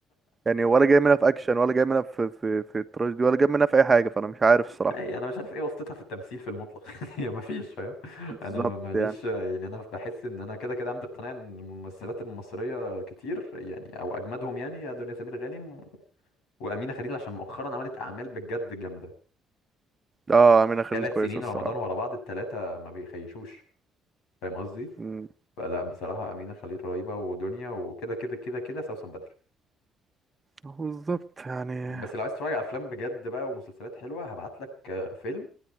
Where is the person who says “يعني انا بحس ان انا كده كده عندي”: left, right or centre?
Left